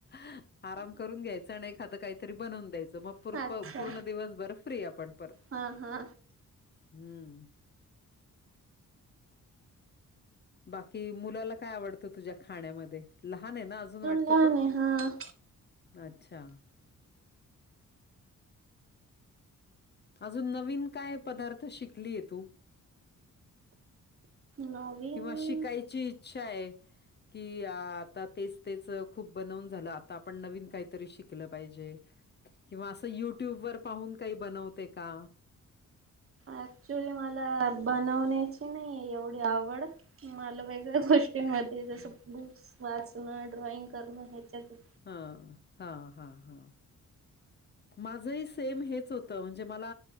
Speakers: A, on the left (about 35°); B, on the right (about 45°).
A: अ <unintelligible> आराम करून घ्यायचं आण एखादं काहीतरी बनवून द्यायचं मग
B: अच्छा
A: प-प पूर्ण दिवसभर फ्री आपण.
B: हा- हा.
A: हम्म. बाकी मुलाला काय आवडतं तुझ्या खाण्यामध्ये लहान आहे ना अजून वाटत
B: लहान
A: तो.
B: आहे हा
A: अच्छा. अजून नवीन काय पदार्थ शिकली ये तू.
B: नवीन
A: किंवा शिकायची इच्छा आहे. कि, आ आता तेच तेच खूप बनवून झालं, आता आपण नवीन काहीतरी शिकल पाहिजे किंवा असं युट्यूबवर पाहून काही बनवते का?
B: ऍक्च्युली मला बनवण्याची नाही एवढी आवड. मला वेगळ्या गोष्टीमध्ये जसं बुक्स वाचणं, ड्रॉइंग करणं ह्याच्यात ये-
A: हा हा हा. माझंही सेम हेच होतं म्हणजे मला